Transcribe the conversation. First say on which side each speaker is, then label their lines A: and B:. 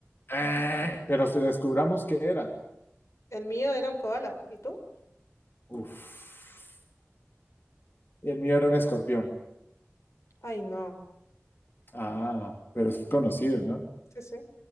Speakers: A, on the left; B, on the left.
A: Ah, Pero si descubramos qué era.
B: El mío era un koala. ¿Y tú?
A: Uf. El mío era un escorpión.
B: Ay, no.
A: Ah, pero es conocido, ¿no?
B: Sí, sí.